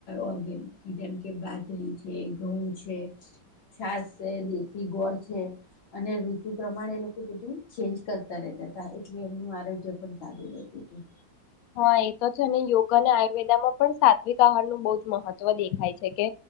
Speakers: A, on the left; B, on the left.
A: ઓર્ગેનિક જેમ કે બાજરી છે ઘઉં છે છાસ છે થી ગોળ છે, અને ઋતુ પ્રમાણે એ લોકો બધું ચેન્જ કરતા રહેતા તા, એટલે એમનું આરોગ્ય પણ સારું રહેતું તું.
B: હા એ તો છે ને યોગ અને આયુર્વેદા માં પણ સાત્વિક આહાર નું બહું જ મહત્વ દેખાય છે, કે